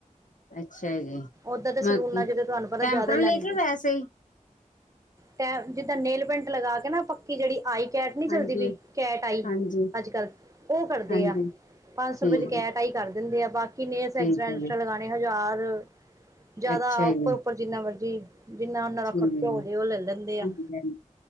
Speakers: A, on the left; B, on the right.
A: ਅੱਛਾ ਜੀ
B: ਓਦਾਂ ਤੇ ਸਲੂਨਾ
A: ਮਤਲਬ
B: ਜਦੋਂ ਤੁਹਾਨੂੰ ਪਤਾ
A: ਟੈਂਪਰ
B: ਜਿਆਦਾ ਹੀ ਲੈਂਦੇ।
A: ਲੈ ਕੇ ਵੈਸੇ ਹੀ
B: ਤੇ ਜਿੱਦਾਂ ਨੇਲ ਪਿੰਟ ਲਗਾ ਕੇ ਨਾ, ਪੱਕੀ ਜਿਹੜੀ ਆਈ ਕੈਟ ਨਹੀਂ ਚੱਲਦੀ
A: ਹਾਂਜੀ
B: ਪਈ, ਕੈਟ ਆਈ
A: ਹਾਂਜੀ
B: ਅੱਜ ਕੱਲ ਉਹ ਕਰਦੇ
A: ਹਾਂਜੀ
B: ਆ। ਪੰਜ ਸੌ
A: ਠੀਕ
B: ਰੁਪਏ ਚ ਕੈਟ
A: ਹੈ
B: ਆਈ ਕਰ ਦਿੰਦੇ ਆ। ਬਾਕੀ ਨੇ ਐਕਸੀਟ
A: ਠੀਕ ਹੈ ਜੀ
B: ਹਜ਼ਾਰ ਜਿਆਦਾ,
A: ਅੱਛਾ
B: ਉੱਪਰ
A: ਜੀ
B: ਉੱਪਰ ਜਿੰਨਾ ਮਰਜੀ ਜਿੰਨਾ ਉਹਨਾਂ ਦਾ
A: ਠੀਕ
B: ਖਰਚਾ ਹੋ ਜੇ, ਉਹ ਲੈ ਲੈਂਦੇ ਆ
A: ਠੀਕ ਹੈ